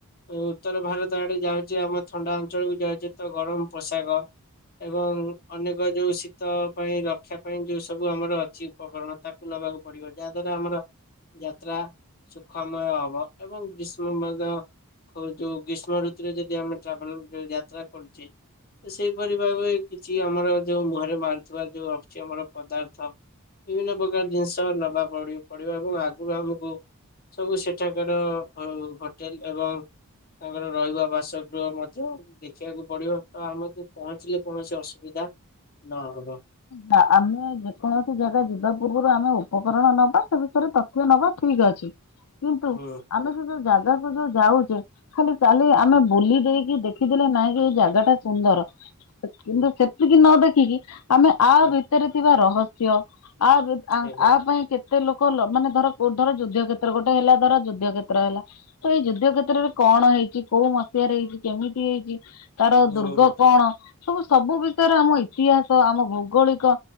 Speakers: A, on the left; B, on the left.
A: ଓ ଉତ୍ତର ଭାରତ ଆଡ଼େ ଯାଉଚେ ଆମେ ଥଣ୍ଡା ଅଞ୍ଚଳକୁ ଯାଉଚେ ତ ଗରମ ପୋଷାକ ଏବଂ ଅନେକ ଯୋଉ ଶୀତ ପାଇଁ ରକ୍ଷା ପାଇଁ ଯୋଉ ସବୁ ଆମର ଚି ଉପକରଣ ତାକୁ ନବାକୁ ପଡ଼ିବ ଯାହା ଦ୍ଵାରା ଆମର ଯାତ୍ରା ସୁଖମୟ ହବ ଏବଂ ଗ୍ରୀଷ୍ ମୁ ମଦ ଖୋ ଯୋଉ ଗୀଷ୍ମ ଋତୁରେ ଯଦି ଆମେ ଟ୍ରାଭେଲ୍ ଯୋଉ ଯାତ୍ରା କରୁଚେ ତ ସେଇପରି ଭାବେ କିଛି ଆମର ଯୋଉ ମୁହରେ ମାରୁଥିବା ଯୋଉ ଆସୁଚି ଆମର ପଦାର୍ଥ
B: ହ
A: ବିଭିନ୍ନ ପ୍ରକାର ଜିନିଷ ନବା ପଡ଼ି ପଡ଼ିବ ଏବଂ ଆଗୁରୁ ଆମୁକୁ ସବୁ ସେଠାକାର ଅଉ ହୋଟେଲ ଏବଂ ତାଙ୍କର ରହିବା ବାସଗୃହ ମଧ୍ୟ ଦେଖିବାକୁ ପଡ଼ିବ ଆ ଆମେକୁ ପହଞ୍ଚିଲେ କୌଣସି ଅସୁବିଧା ନହବ।
B: ନାଁ ଆମେ ଯେକୌଣସି ଜାଗା ଯିବା ପୂର୍ବରୁ ଆମେ ଉପକରଣ ନବା ସେ ବିଷୟରେ ତ ତିଅ ନବା ଠିକ୍ ଅଛି କିନ୍ତୁ
A: ହୁଁ।
B: ଆମେ ସେ ଯୋଉ ଜାଗାକୁ ଯୋଉ ଯାଉଚେ ଖାଲି ଚାଲି
A: ହୁଁ
B: ଆମେ ବୁଲି ଦେଇକି ଦେଖିଦେଲେ ନାଇଁ ଯେ ଏଇ ଜାଗାଟା ସୁନ୍ଦର। ହେ କିନ୍ତୁ
A: ହୁଁ
B: ସେତିକି ନ ଦେଖିକି ଆମେ ଆ
A: ହୁଁ
B: ଭିତରେ ଥିବା ରହସ୍ୟ ଆ ବ୍ୟ ଆ
A: ଆଜ୍ଞା
B: ଆ ପାଇଁ କେ ଟେ ଲୋକ ଲ ମାନେ ଧର କୋଉ ଧର ଯୁଦ୍ଧ୍ୟ କ୍ଷେତ୍ର ଗୋଟେ ହେଲା ଧର ଯୁଦ୍ଧ୍ୟ କ୍ଷେତ୍ର ହେଲା ତ ଏଇ ଯୁଦ୍ଧ୍ୟ କ୍ଷେତ୍ରରେ କଣ ହେଇଚି କୋଉ ମସିହାରେ ହେଇଚି କେମିତି ହେଇଚି ତାର
A: ହୁଁ
B: ଦୁର୍ଗ
A: ହୁଁ
B: କଣ ସବୁ ସବୁ ବିଷୟରେ ଆମ ଇତିହାସ ଆମ ଭୌଗୋଳିକ